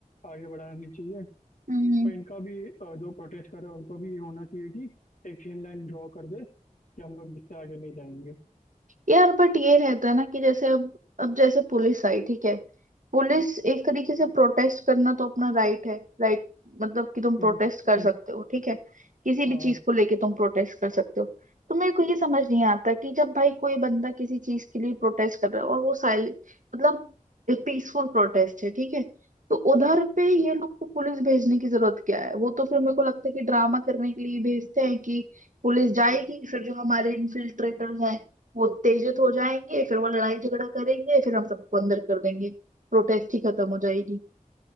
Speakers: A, on the left; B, on the right.
A: आगे बढ़ाना नहीं चाहिए
B: हम्म
A: पर इनका भी अ, जो प्रोटेस्ट कर रहे हैं उनको भी ये होना चाहिए कि एक थिन लाइन ड्रॉ कर दे कि हम लोग इससे आगे नहीं जाएंगे
B: यार बट ये रहता है ना कि जैसे अब अब जैसे पुलिस आई ठीक है पुलिस एक तरीके से प्रोटेस्ट करना तो अपना राइट है राइट मतलब कि तुम प्रोटेस्ट
A: हम्म,
B: कर
A: हम्म,
B: सकते हो ठीक है किसी
A: हाँ
B: भी चीज को लेके तुम प्रोटेस्ट कर सकते हो तो मेरे को ये समझ नहीं आता कि जब भाई कोई बंदा किसी चीज के लिए प्रोटेस्ट कर रहा है और वो साइल मतलब पीसफुल प्रोटेस्ट है ठीक है तो उधर पे ये लोग को पुलिस भेजने की जरूरत क्या है वो तो फिर मेरे को लगता है कि ड्रामा करने के लिए भेजते हैं कि पुलिस जाएगी फिर जो हमारे इन्फिल्ट्रेटर्स हैं वो उत्तेजित हो जाएंगे फिर वो लड़ाई झगड़ा करेंगे फिर हम सबको अंदर कर देंगे प्रोटेस्ट ही खत्म हो जाएगी